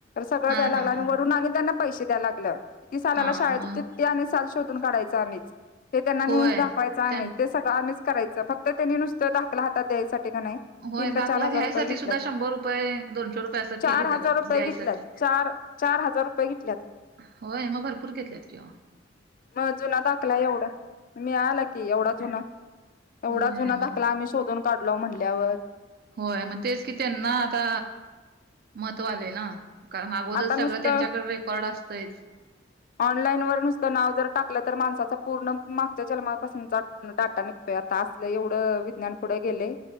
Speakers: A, on the left (about 45°); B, on the right (about 55°).
A: सगळं
B: हा
A: द्यायला
B: हा
A: लागलं
B: हा
A: वरून आणि त्यांना पैसे द्याय लागल्या किती सालाला
B: हा
A: शाळेच
B: मग
A: किती आणि साल शोधून काढायच आम्हीच ते त्यांना नेऊ
B: होय
A: दाखवाय आम्हीच
B: त्यां
A: ते सगळं आम्हीच करायचं फक्त त्येनी नुस दाखला हातत द्यासाठी का नाही
B: होय
A: <unintelligible>
B: दाखला
A: चार हजार
B: घ्यायसाठी
A: रुपये घेतल्यात
B: सुद्धा शंभर रुपये दोनशे रुपये असं
A: चार
B: फी घेत्यात
A: हजार
B: अहो
A: रुपये
B: द्यायसाठी
A: घेतल्यात चार चारहजार रुपये घेतल्यात.
B: होय म भरपूर घेतल्यात कि वो
A: म जुना दाखला एवढा मिळाला की एवढा जुना
B: होय
A: एवढा जुना
B: मग
A: दाख ला आम्ही शोधून काढलो म्हटल्यावर‌.
B: होय म तेच कि त्येना आता महत्व आलंय ना कारण अगोदर
A: आता नुसतं
B: सगळं त्येच्याकड रेकॉर्ड असतंच
A: ऑनलाईन वर नुसतं नाव जर टाकलं तर माणसाचा पूर्ण मागच्या जन्मापासूनचा डाटा निघतोया. तासलं एवढं विज्ञान पुढ गेलय.